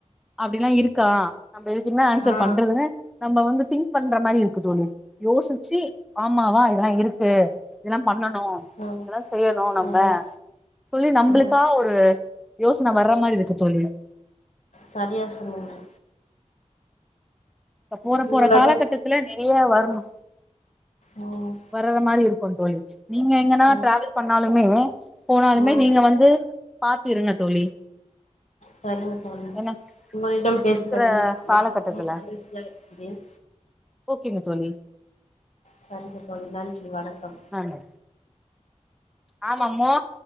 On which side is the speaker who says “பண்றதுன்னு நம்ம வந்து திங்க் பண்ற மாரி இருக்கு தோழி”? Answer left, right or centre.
Centre